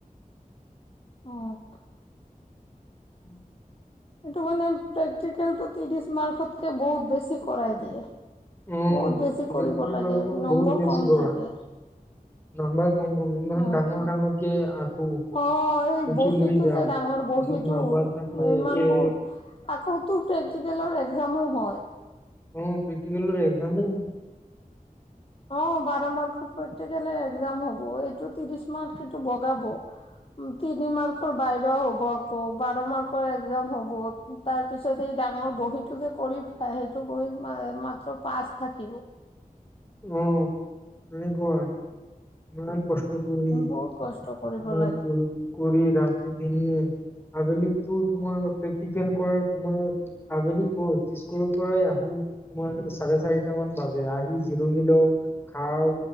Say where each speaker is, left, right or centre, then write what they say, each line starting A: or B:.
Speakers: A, on the left; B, on the left.
A: অ'।
B: উম।
A: এইটো মানে প্ৰেক্টিকেলটো মাৰ্কতক বহুত বেছি কৰাই দিয়ে।
B: উম,
A: বহুত বেছি
B: ত্ৰিশ
A: কৰিব
B: মাৰ্কৰ
A: লাগে নম্বৰ
B: বহুত বেছি
A: কম
B: কৰা।
A: থাকে।
B: <unintelligible> ইমান
A: অ'
B: ডাঙৰ ডাঙৰকে আকো
A: অ' এই
B: লিখি
A: বহীটো
B: লৈ যাওঁ।
A: যে ডাঙৰ বহীটো
B: পিছত নাম্বাৰ থাকে
A: ইমানবোৰ
B: এক
A: আকৌতো প্ৰেক্টিকেলৰ এক্জামো হয়?
B: অঁ প্ৰীতি <unintelligible> এক্জামো
A: অঁ বাৰ মাৰ খ প্ৰেক্টিকেলৰ একজাম হ'ব, এইটো ত্ৰিশ মাৰ্ক এইটো বগাব তিনি মাৰ্কৰ বাইবা হ'ব আকৌ বাৰ মাৰ্কৰ এক্জাম হ'ব তাৰ পিছত এই ডাঙৰ বহীটো যে কৰি সেইটো বহীত মাত্ৰ পাছ থাকিব।
B: অঁ, এনেকুৱাই, ইমান কষ্ট কৰি
A: বহুত কষ্ট কৰিব
B: বা
A: লাগে।
B: কৰি ৰাতি দিনে আবেলিতো তোমাৰ প্ৰেক্টিকেল কৰাৰ সময়ত, আবেলি ক'ত স্কুলৰ পৰাই আহো তোমাৰ চাৰে চাৰিটা মান বাজে আহি জিৰণ লওঁ, খাওঁ,